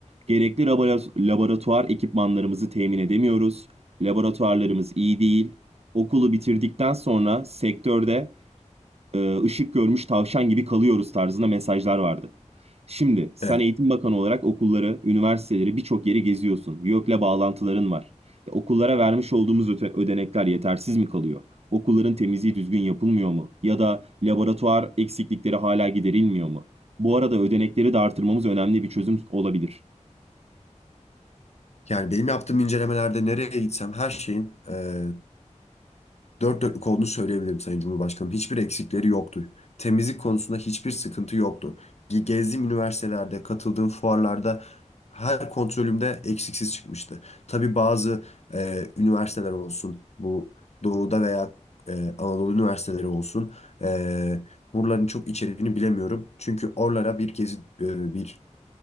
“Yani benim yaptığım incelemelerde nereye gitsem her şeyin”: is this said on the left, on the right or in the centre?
Left